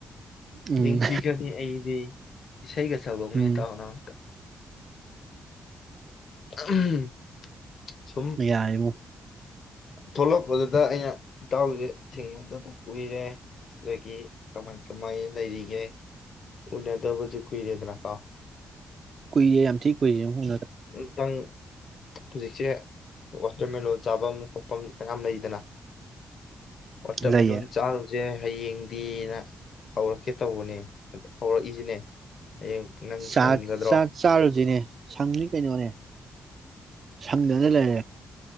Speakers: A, on the right; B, on the left.
A: ꯎꯝ
B: ꯍꯤꯡꯈꯤꯒꯅꯤ ꯑꯩꯗꯤ ꯏꯁꯩꯒ ꯁꯛꯔꯧꯅꯤ
A: ꯎꯝ
B: ꯍꯦꯇꯥꯎꯅꯥꯛꯇ ꯎꯝ ꯁꯨꯝ
A: ꯌꯥꯔꯦꯕꯣ
B: ꯊꯣꯛꯂꯛꯄꯗꯨꯗ ꯑꯩꯅ ꯏꯇꯥꯎꯁꯦ ꯊꯦꯡꯅꯗꯕ ꯀꯨꯏꯔꯦ ꯑꯗꯒꯤ ꯀꯃꯥꯏ ꯀꯃꯥꯏ ꯂꯩꯔꯤꯒꯦ ꯎꯅꯗꯕꯁꯨ ꯀꯨꯏꯔꯦꯗꯅꯀꯣ
A: ꯀꯣꯏ ꯌꯥꯝ ꯊ ꯈꯨꯏꯦ ꯍꯟꯅ
B: ꯑꯃꯇꯪ ꯍꯧꯖꯤꯛꯁꯦ ꯋꯥꯇꯔꯃꯦꯂꯂꯣꯟ ꯆꯥꯐꯝ ꯈꯣꯠꯐꯝ ꯀꯌꯥꯝ ꯂꯩꯗꯅ ꯑꯣꯇꯔꯃꯦꯂꯣꯟ
A: ꯂꯩꯌꯦ
B: ꯆꯥ ꯁꯦ ꯍꯌꯦꯡꯗꯤꯅ ꯍꯧꯔꯛꯀꯦ ꯇꯧꯕꯅꯦ ꯍꯧꯔꯛꯏꯁꯤꯅꯦ ꯍꯌꯦꯡ ꯅꯪ
A: ꯆꯥꯛ
B: ꯁꯪꯒꯗ꯭ꯔꯣ
A: ꯆꯥꯛ ꯆꯥꯔꯨꯁꯤꯅꯦ ꯁꯪꯅꯤ ꯀꯩ ꯀꯩꯅꯣꯅꯦ ꯁꯝꯗꯨꯅ ꯂꯩꯔꯦ